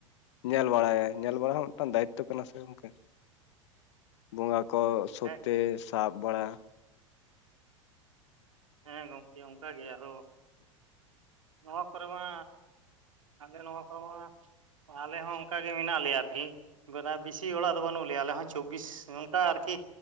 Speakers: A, on the left; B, on the right.
A: ᱧᱮᱞ ᱵᱟᱲᱟᱭᱟ ᱧᱮᱞ ᱵᱟᱲᱟ ᱦᱚᱸ ᱢᱤᱫᱴᱟᱝ ᱫᱟᱭᱤᱛᱛᱚ ᱠᱟᱱᱟ ᱥᱮ ᱜᱚᱝᱠᱮ ᱵᱚᱸᱜᱟ ᱠᱚ ᱥᱚᱛᱮ
B: ᱦᱮᱸ
A: ᱥᱟᱵ ᱵᱟᱲᱟ᱾
B: ᱦᱮᱸ ᱜᱚᱢᱠᱮ ᱚᱱᱠᱟᱜᱮ ᱟᱫᱚ ᱱᱚᱣᱟ ᱠᱚᱨᱮ ᱢᱟ ᱟᱞᱮ ᱱᱚᱣᱟ ᱠᱚᱨᱮᱢᱟ, ᱟᱞᱮ ᱦᱚᱸ ᱚᱱᱠ ᱜᱮ ᱢᱮᱱᱟᱜ ᱞᱮᱭᱟ ᱟᱨᱠᱤ᱾ ᱵᱮᱥᱤ ᱦᱚᱲᱟᱜ ᱫᱚ ᱵᱟᱹᱱᱩᱜ ᱞᱮᱭᱟ ᱟᱞᱮ ᱦᱚᱸ ᱪᱚᱵᱽᱵᱤᱥ ᱱᱚᱝᱠᱟ ᱟᱨᱠᱤ